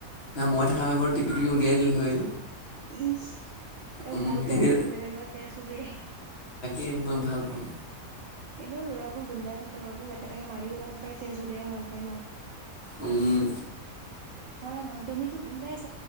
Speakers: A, on the left (about 50°); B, on the right (about 75°).
A: নাই মই থকা হয় বাৰু টিপি-টিপি উলিয়াই দিলোঁ হয়।
B: ইস, এ
A: উম,
B: ভাল পোৱা
A: এনে
B: মানে বেলেগৰ তেজ উলিয়াই।
A: এই মই ভাল পাওঁ।
B: এনেও ল'ৰাবোৰ গুন্দা থাকে বাৰু জাকে তাকে মাৰিও ভাল পায় তেজ উলিওৱাই ভাল পায় ন'?
A: উম।
B: হয়নে নহয় তুমিতো গুন্দাই আছিলা